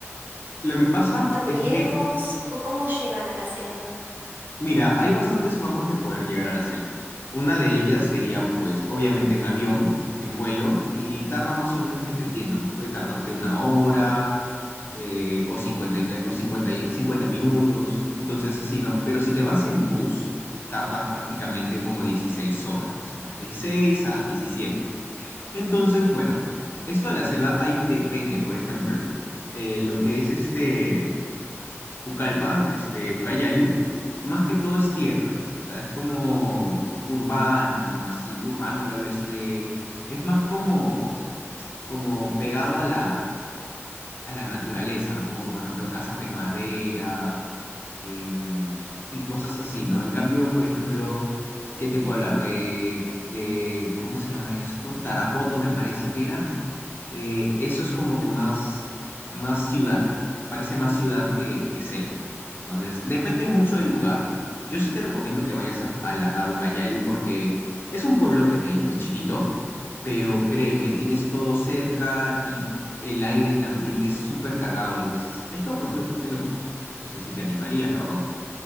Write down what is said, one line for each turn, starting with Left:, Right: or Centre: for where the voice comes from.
Left: Lo que pasa
Right: ¿Está muy
Left: es
Right: lejos?
Left: que,
Right: ¿O cómo llegan a la selva?
Left: mira, hay bastantes formas de poder llegar a la selva. Una de ellas sería, pues, obviamente en avión, en vuelo, y tarda más o menos dependiendo, ¿no? Puede tardarte una hora eh, o 59, o cincuenta y- 50 minutos, entonces así, ¿no? Pero si te vas en bus, tardas prácticamente como 16 horas, más o menos, dieciséis a diecisiete Entonces, bueno, esto de la selva ahí depende, por ejemplo, eh, lo que es este Pucallpa, este Ucayali, más que todo es tierra, o sea, es como urbano, así, urbano que hablo este, es más como, como pegado a la a la naturaleza, ¿no? Como por ejemplo casas de madera em, y cosas así, ¿no? En cambio, por ejemplo, ¿qué te puedo hablar? De, de, ¿cómo se llama esto? Tarapoto me parece que era, eh, eso es como que más, más ciudad, parece más ciudad que, que selva. Entonces, depende mucho del lugar. Yo sí te recomiendo que vayas a, a la- a Ucayali porque es un pueblo pequeño, es chiquito, pero créeme, tienes todo cerca y el aire, el ambiente es súper cargado y cosas así. Es loco, es loco, es de locos. No sé si te animarías, la verdad.